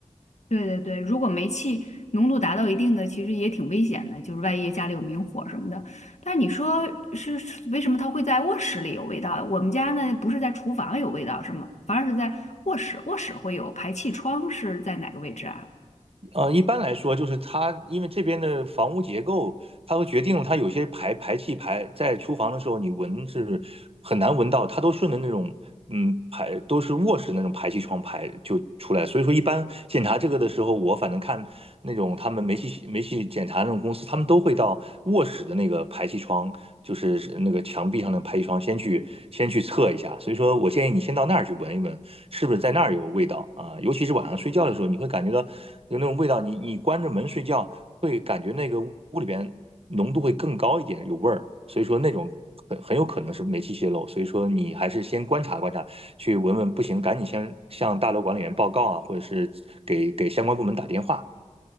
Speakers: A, on the left (about 70°); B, on the right (about 50°).
A: 对对对，如果煤气浓度达到一定的，其实也挺危险的，就是万一家里有明火什么的。但是你说是是为什么它会在卧室里有味道？我们家呢不是在厨房有味道，是吗？反而是在卧室，卧室会有排气窗是在哪个位置啊？
B: 呃，一般来说，就是它因为这边的房屋结构，它会决定了它有些排排气排在厨房的时候，你闻是很难闻到，它都顺着那种嗯，排都是卧室那种排气窗排就出来，所以说一般检查这个的时候，我反正看那种他们煤气煤气检查那种公司，他们都会到卧室的那个排气窗，就是是那个墙壁上的排气窗，先去先去测一下。所以说我建议你先到那儿去闻一闻，是不是在那儿有味道啊？尤其是晚上睡觉的时候，你会感觉到有那种味道，你你关着门睡觉，会感觉那个屋里边。浓度会更高一点，有味儿，所以说那种很很有可能是煤气泄漏，所以说你还是先观察观察，去闻闻，不行赶紧先向大楼管理员报告啊，或者是给给相关部门打电话。